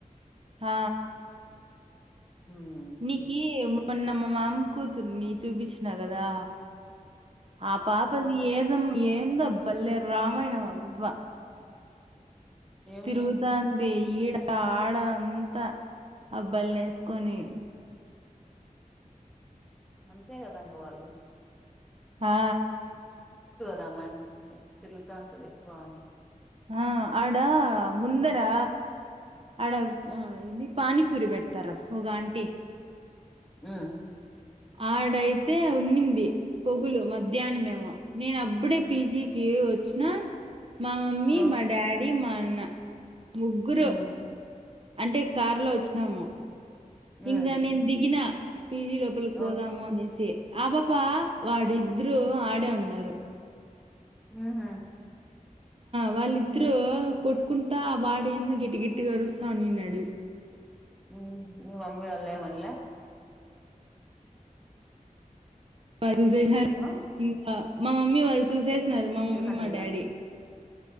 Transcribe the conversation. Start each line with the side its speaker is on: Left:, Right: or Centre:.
Right: ఆ
Centre: మ్మ్
Right: నీకీ మొన్న మా మామ్ కూతుర్నిీ చూపించినా గదా! ఆ పాపది ఏదం ఏందబ్ బల్లేె రామాయణం అబ్బ.
Centre: ఏమి
Right: తిరుగుతాంది, ఈడ ఆడ అంతా అబ్బాయిల నేస్క్ కొని
Centre: మ్మ్. అంతే గదండి వాళ్ళు
Right: ఆ
Centre: దా మ స్ిరుగుతా అంత వక్కువ అని
Right: ఆ ఆడా ముందరా! ఆడ ఆ ఇది పానీపురి పెడతార ఒగాంటీ
Centre: హ్మ్మ్
Right: ఆడైతే ఉన్నింది పొగులు, మధ్యాహ్న మేమో నేనప్పుడే పి జి కి వచ్చిన మా మమ్మీ,
Centre: ఓ
Right: మా డాడీ, మన్ అన్నా ముగ్గురు
Centre: మ్మ్
Right: అంటే కార్ లో వచ్చినాము.
Centre: మ్మ్
Right: ఇంగా నేను దిగిన, పీ జీ లోపలికి
Centre: ఓ
Right: పోదాము అనేసి. ఆ పపా వాడిద్దరూ ఆడే ఉన్నారు.
Centre: ఆహ్
Right: వాళ్ళిద్దరూ కొట్టుకుంటా వాడేందో గిట్టి గట్టిగా అరుస్తా ఉండిన్నాడు.
Centre: హ్మ్మ్ మీ మమ్మీ వాళ్లేమన్లే
Right: చూసేసినరు
Centre: ఆ
Right: ఇంగ మా మమ్మీ వాళ్ళు చూసేసినారు. మా మమ్మీ,
Centre: ఏమనలేదా
Right: మా డాడీ